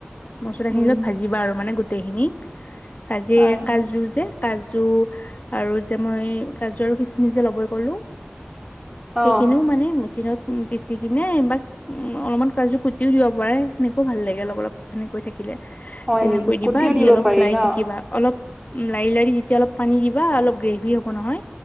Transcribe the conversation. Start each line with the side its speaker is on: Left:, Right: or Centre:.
Left: মচলা
Centre: উম,
Left: খিনি অলপ ভাজিবা আৰু মানে গোটেইখিনি ভাজি
Centre: হয়,
Left: কাজো যে কাজু আৰু যে মই কাজু আৰু কিচমিচে ল'বই গলো
Centre: অ'।
Left: সেইখিনিও মানে মেচিনত পিচি কিনে বা উম অলপমান কাজু কুটিও দিব পাৰে সেনেকেও ভাল লাগে অলপ অলপ সেনেকৈ থাক থাকিলে
Centre: হয়
Left: তেনেকৈ
Centre: নেকি? কুটিও
Left: দিবা দি
Centre: দিব
Left: অলপ
Centre: পাৰি
Left: ওলাৰি
Centre: ন?
Left: থাকিবা অলপ উ লাৰি লাৰি যেতিয়া অলপ পানী দিবা অলপ গ্ৰেভি হ'ব নহয়